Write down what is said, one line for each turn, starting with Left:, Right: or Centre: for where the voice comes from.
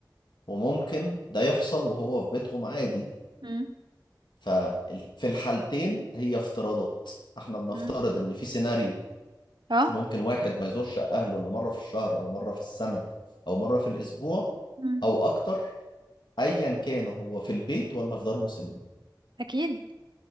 Left: وممكن ده يحصل وهو في بيتهم عادي
Right: مم،
Left: ففي الحالتين هي افتراضات احنا بنفترض
Right: مم.
Left: ان في سيناريو
Right: اه
Left: ممكن واحد ما يزورش اهله الا مره في الشهر او مره في السنه او مره في الاسبوع
Right: مم،
Left: او اكتر ايا كان هو في البيت ولا في دار مسنين
Right: اكيد